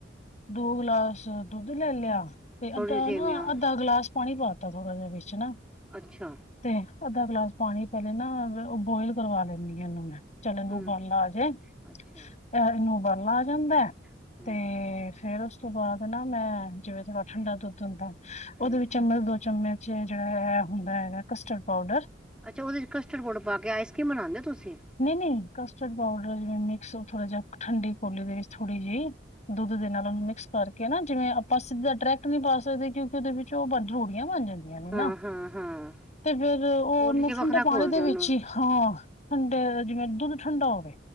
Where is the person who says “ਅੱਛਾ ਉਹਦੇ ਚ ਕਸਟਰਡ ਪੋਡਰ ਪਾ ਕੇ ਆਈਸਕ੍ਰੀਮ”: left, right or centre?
Centre